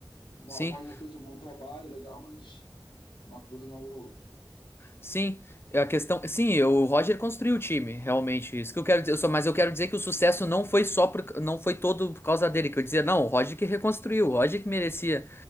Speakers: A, on the left (about 75°); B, on the left (about 30°).
A: O Roger
B: Sim,
A: fez um bom trabalho, legal, mas uma coisa não anula a outra.
B: sim. É A questão. Sim, o Roger construiu o time, realmente. Isso que eu quero dizer. Eu só- Mas eu quero dizer que o sucesso não foi só por... não foi todo por causa dele. Que eu dizia, não, o Roger que reconstruiu, o Roger que merecia